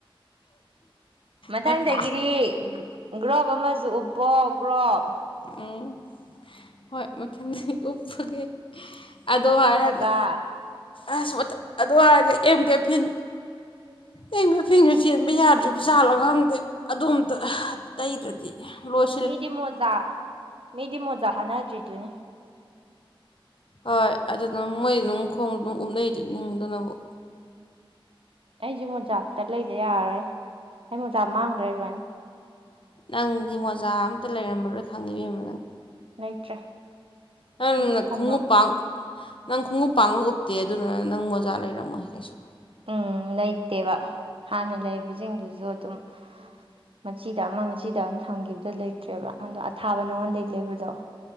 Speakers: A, on the right; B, on the left.
A: ꯃꯊꯪꯗꯒꯤꯗꯤ
B: ꯅꯠꯇ꯭ꯔꯥ
A: ꯒ꯭ꯔꯣꯞ ꯑꯃꯁꯨ ꯎꯞꯄꯣ ꯒ꯭ꯔꯣꯞ
B: ꯎꯝ ꯍꯣꯏ ꯃꯊꯪꯗ ꯎꯞꯄꯒꯦ
A: ꯑꯗꯨꯒ
B: ꯑꯗꯨ
A: ꯆꯠꯅꯕ
B: ꯍꯥꯏꯔꯒ ꯑꯁ ꯑꯗꯨ ꯍꯥꯏꯔꯒ ꯑꯦꯝ ꯀꯦꯐꯤꯟ ꯑꯦꯝꯀꯦꯐꯤꯟꯁꯨ ꯆꯦꯟꯕ ꯌꯥꯗ꯭ꯔꯤꯕꯖꯥꯠꯂ ꯈꯪꯗꯦ ꯑꯗꯣꯝꯇ ꯇꯩꯗ꯭ꯔꯗꯤ ꯂꯣꯏ
A: ꯃꯤꯗꯤ ꯃꯣꯖꯥ ꯃꯤꯗꯤ ꯃꯣꯖꯥ ꯍꯥꯟꯅꯗ꯭ꯔꯤꯗꯨꯅꯤ
B: ꯍꯣꯏ ꯑꯗꯨꯗꯨꯝ ꯃꯣꯏꯗꯤ ꯑꯗꯨꯝ ꯈꯣꯡ ꯑꯗꯨꯝ ꯎꯞꯅꯩꯗꯨ ꯅꯤꯗꯨꯅꯕꯨ
A: ꯑꯩꯁꯨ ꯃꯣꯖꯥꯇ ꯂꯩꯗ ꯌꯥꯔꯔꯣꯏ ꯑꯩ ꯃꯣꯖꯥ ꯃꯥꯡꯈ꯭ꯔꯦ ꯂꯣꯏꯅ
B: ꯅꯪꯗꯤ ꯃꯣꯖꯥ ꯑꯝꯇ ꯂꯩꯔꯝꯃꯔꯣꯏ ꯈꯪꯉꯤ ꯏꯕꯦꯝꯃ ꯅꯪ
A: ꯂꯩꯇ꯭ꯔꯦ
B: ꯅꯪꯅ
A: ꯂꯩꯄ ꯊꯝꯐꯝ
B: ꯈꯣꯡꯎꯞ ꯄꯥꯡ ꯅꯪ ꯈꯣꯡꯎꯞ ꯄꯥꯡꯅ ꯎꯞꯇꯦ ꯑꯗꯨꯗꯨ ꯅꯪ ꯃꯣꯖꯥ ꯂꯩꯔꯝꯃꯣꯏ ꯀꯩꯁꯨ
A: ꯎꯝ ꯂꯩꯇꯦꯕ ꯍꯥꯟꯅ ꯂꯩꯕꯁꯤꯡꯗꯨꯁꯨ ꯑꯗꯨꯝ ꯃꯆꯤꯗ ꯑꯃ ꯃꯆꯤꯗ ꯑꯃ ꯊꯝꯈꯤꯕꯗ ꯂꯩꯇ꯭ꯔꯦꯕ ꯑꯗꯣ ꯑꯊꯥꯕ ꯅꯉꯣꯟꯗꯒꯤ ꯂꯩꯕꯗꯣ